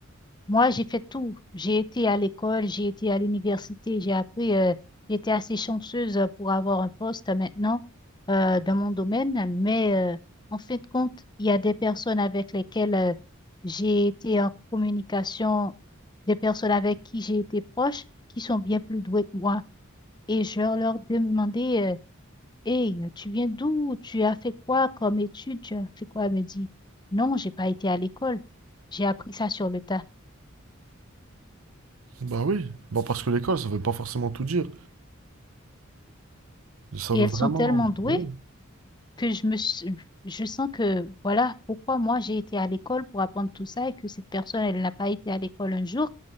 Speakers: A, on the left (about 20°); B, on the right (about 85°).
A: Moi, j'ai fait tout. J'ai été à l'école, j'ai été à l'université, j'ai appris. euh, j'étais assez chanceuse pour avoir un poste maintenant euh, dans mon domaine, mais euh, en fin de compte, il y a des personnes avec lesquelles euh, j'ai été en communication, des personnes avec qui j'ai été proche, qui sont bien plus douées que moi. Et je leur demandais, euh, Hey, tu viens d'où? Tu as fait quoi comme étude? Tu as fait quoi? Elle me dit, Non, j'ai pas été à l'école. J'ai appris ça sur le tas.
B: Bah oui, bah parce que l'école, ça veut pas forcément tout dire. Ça
A: Et
B: veut
A: elles
B: vraiment...
A: sont tellement douées
B: Oui.
A: que je me, s- je sens que voilà pourquoi moi j'ai été à l'école pour apprendre tout ça et que cette personne elle n'a pas été à l'école un jour.